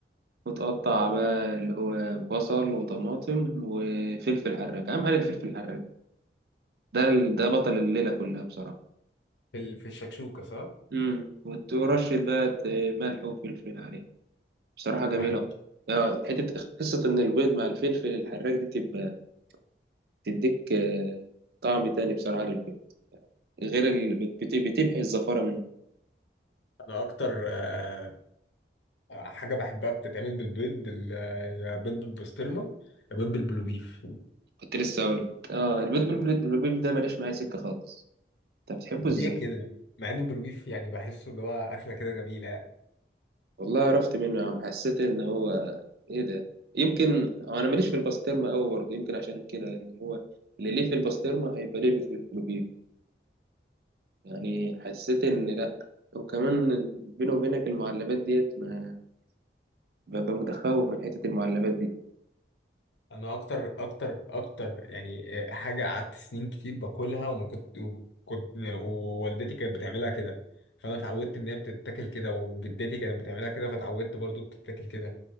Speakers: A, on the right; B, on the left.
A: وتقطع بقى اللي هو بصل وطماطم وفلفل حراج أهم حاجة الفلفل الحراج ده ال- ده بطل الليلة كلها بصراحة
B: في ال- في الشكشوكة صح؟
A: امم وترشد بقى ت- ملح وفلفل عليه بصراحة جميلة
B: مع إن
A: اه حتة قصة إن البيض مع الفلفل الحراج دي تبقى تديك آه، طعم تاني بصراحة للبيض غير ال... بت... بتمحي الزفارة منه
B: أنا أكتر آه، حاجة بحبها بتتعمل بالبيض ال- آه، يا بيض بالبسطرمة يا بيض بالبلوبيف
A: كنت لسه أقول لك. اه البيض بالبيض بالبيض ده ماليش معايا سكة خالص أنت بتحبه
B: ليه
A: إزاي؟
B: كده؟ مع ان البلوبيف يعني بحسه اللي هو اكله كده جميله يعني.
A: والله عرفت منه يا عم حسيت ان هو ايه ده يمكن انا ماليش في البسطرمه قوي برضه يمكن عشان كده ان هو اللي ليه في البسطرمه هيبقى ليه في الجلوبيب يعني حسيت ان لا وكمان بيني وبينك المعلبات ديت ما ببقى متخوف من حته المعلبات دي
B: انا اكتر اكتر اكتر يعني حاجه قعدت سنين كتير باكلها وما كنت وكنت ووالدتي كانت بتعملها كده فانا اتعودت ان هي بتتاكل كده وجدتي كانت بتعملها كده فاتعودت برضو بتتاكل كده